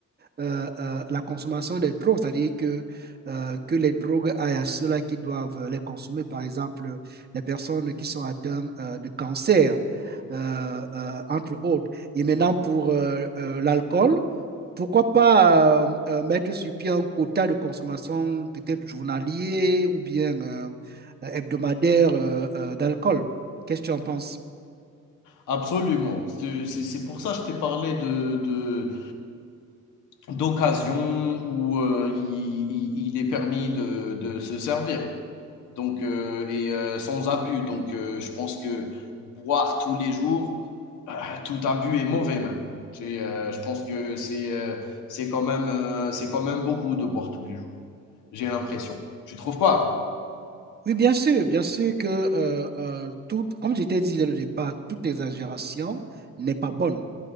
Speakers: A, on the right; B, on the left.
A: euh, euh, la consommation des drogues, c'est-à-dire que, euh, que les drogues aillent à ceux-là qui doivent les consommer, par exemple, les personnes qui sont atteintes euh, de cancer, euh, euh, entre autres. Et maintenant, pour euh, euh, l'alcool, pourquoi pas euh, euh, mettre sur pied un quota de consommation, peut-être journalier ou bien euh, hebdomadaire euh, euh, d'alcool? Qu'est-ce que tu en penses?
B: absolument. C'est c'est- c'est pour ça que je t'ai parlé de, d'occasion où euh, il, il- il est permis de, de se servir. Donc, euh, et euh, sans abus. Donc, euh, je pense que boire tous les jours, euh, tout abus est mauvais même. Tu euh, je pense que c'est euh, c'est quand même euh, c'est quand même beaucoup de boire tous les jours. J'ai l'impression. Tu trouves pas?
A: Oui, bien sûr, bien sûr que, euh, euh, tout, comme je t'ai dit dès le départ, toute exagération n'est pas bonne.